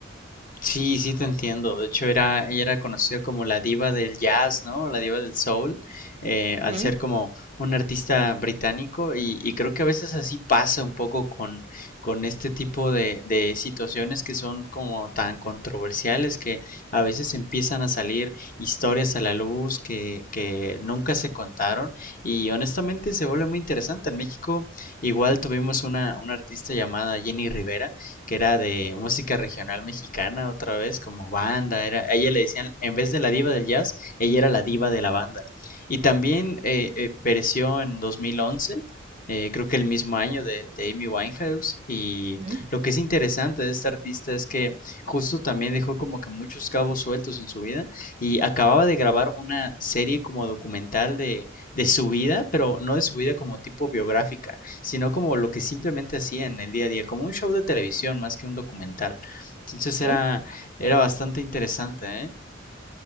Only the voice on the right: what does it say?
Ujú,
ujú.
¿Ah?